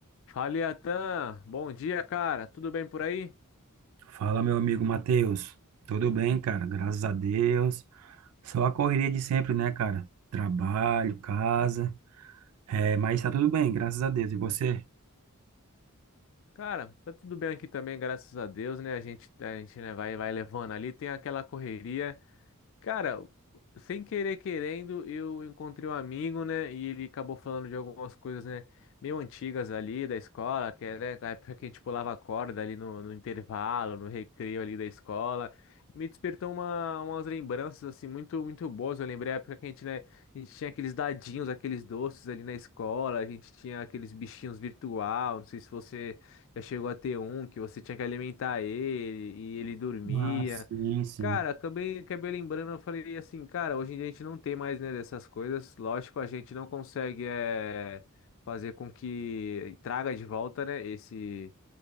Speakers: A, on the left (about 60°); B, on the right (about 75°).
A: Fala, Iatan. Bom dia, cara. Tudo bem por aí?
B: Fala, meu amigo Matheus. Tudo bem, cara? Graças a Deus. Só a correria de sempre, né, cara? Trabalho, casa. É, mas tá tudo bem, graças a Deus. E você?
A: Cara, tá tudo bem aqui também, graças a Deus, né? A gente, a gente, né, vai, vai levando ali, tem aquela correria. Cara, sem querer querendo, eu encontrei um amigo, né? E ele acabou falando de algumas coisas, né? Meio antigas ali da escola, que era a época que a gente pulava corda ali no, no intervalo, no recreio ali da escola. Me despertou uma, umas lembranças, assim, muito, muito boas. Eu lembrei a época que a gente, né? A gente tinha aqueles dadinhos, aqueles doces ali na escola. A gente tinha aqueles bichinhos virtual. Não sei se você já chegou a ter um, que você tinha que alimentar ele e ele dormia.
B: Ah, sim, sim.
A: Cara, acabei, acabei lembrando, eu falei assim, cara, hoje em dia a gente não tem mais, né, dessas coisas. Lógico, a gente não consegue é fazer com que traga de volta, né, esse,